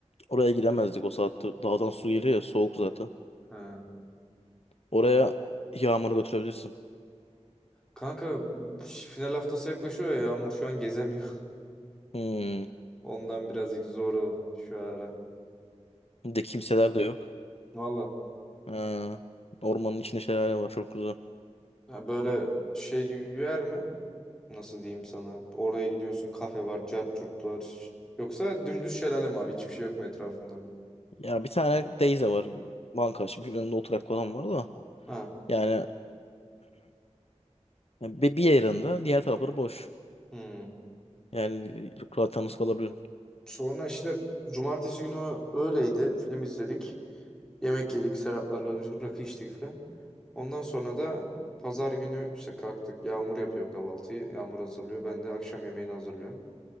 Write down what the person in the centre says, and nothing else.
Ha.
Kanka final haftası yaklaşıyor ya Yağmur şu an gezemiyor.
<laughs> Ondan birazcık zor o şu ara.
Valla.
Ya böyle şey gibi bir yer mi? Nasıl diyeyim sana? Oraya gidiyorsun kafe var, cart curt var. Yoksa dümdüz şelale mi abi? Hiçbir şey yok mu etrafında?
Ha.
Hmm.
Sonra işte cumartesi günü öğleydi. Film izledik. Yemek yedik. Serhatlarla rakı içtik falan. Ondan sonra da pazar günü işte kalktık. Yağmur yapıyor kahvaltıyı. Yağmur hazırlıyor. Ben de akşam yemeğini hazırlıyorum.